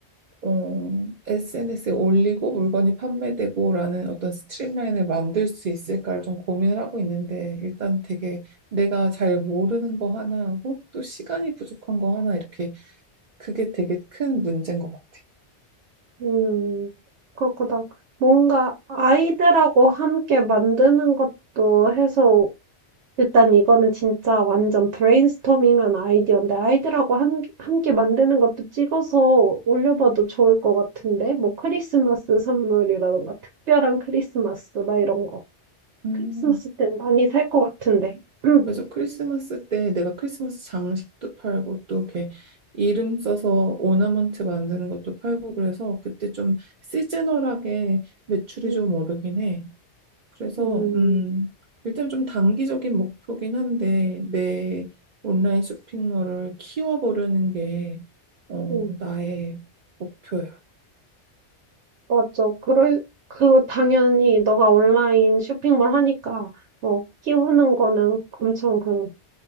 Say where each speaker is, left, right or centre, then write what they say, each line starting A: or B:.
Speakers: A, on the right; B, on the right.
A: 어, SNS에 올리고 물건이 판매되고라는 어떤 스트림라인을 만들 수 있을까를 좀 고민을 하고 있는데 일단 되게 내가 잘 모르는 거 하나하고 또 시간이 부족한 거 하나 이렇게 그게 되게 큰 문제인 것 같아.
B: 음, 그렇구나. 뭔가 아이들하고 함께 만드는 것도 해서, 일단 이거는 진짜 완전 브레인스토밍한 아이디어인데, 아이들하고 함, 함께 만드는 것도 찍어서 올려봐도 좋을 것 같은데, 뭐 크리스마스 선물이라던가, 특별한 크리스마스, 막 이런 거.
A: 음.
B: 크리스마스 때 많이 살 것 같은데. <clears throat>
A: 맞아. 크리스마스 때 내가 크리스마스 장식도 팔고 또 이렇게 이름 써서 오너먼트 만드는 것도 팔고 그래서 그때 좀 시즈널하게 매출이
B: 음,
A: 좀 오르긴 해. 그래서
B: 음,
A: 음, 일단 좀 단기적인 목표긴 한데 내 온라인 쇼핑몰을 키워보려는 게 어,
B: 음.
A: 나의 목표야.
B: 맞죠. 그럴, 그, 당연히 너가 온라인 쇼핑몰 하니까, 어, 키우는 거는 엄청 그,